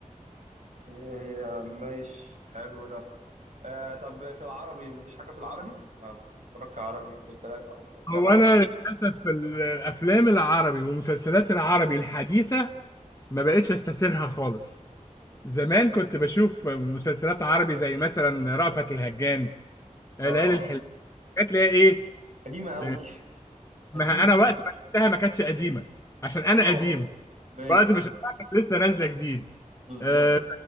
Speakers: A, on the right; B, on the left.
A: أوكي، هي مش حلو ده آه طب في العربي مفيش حاجة في العربي ما بتتفرجش عربي مسلسلات أو أفلام
B: هو
A: عربي
B: أنا للأسف الأفلام العربي والمسلسلات العربي الحديثة ما بقتش أستسيغها خالص زمان كنت بشوف مسلسلات عربي زي مثلا رأفت الهجان
A: اه
B: آه، ليالي الحلم كانت ليها إيه
A: قديمة قوي
B: آه،
A: قديمة
B: ما أنا وقت ما شفتها ما كانتش قديمة عشان أنا
A: اه
B: قديم
A: ماشي
B: وقت ما شفتها كانت لسه نازله جديد
A: بالظبط
B: آه،